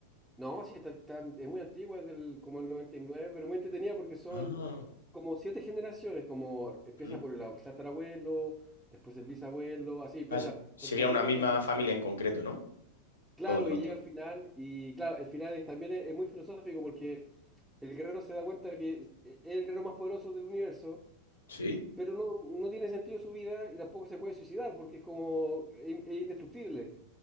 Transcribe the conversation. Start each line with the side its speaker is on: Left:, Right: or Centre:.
Centre: No, sí, está, está- es muy antigua, es del, como el 99, pero muy entretenida porque son
Left: Ah,
Centre: como siete generaciones, como empieza
Left: mm.
Centre: por el tatarabuelo, después el bisabuelo, así empieza
Left: Ah, se- sigue
Centre: tatarabuelo,
Left: a una misma
Centre: tatarabuelo.
Left: familia en concreto, ¿no?
Centre: Claro,
Left: Todo el rato.
Centre: y llega al final, y claro, el final es- también es es muy filosófico porque el guerrero se da cuenta que es es el guerrero más poderoso del universo
Left: Sí.
Centre: pero no, no tiene sentido su vida y tampoco se puede suicidar porque es como es, es indestructible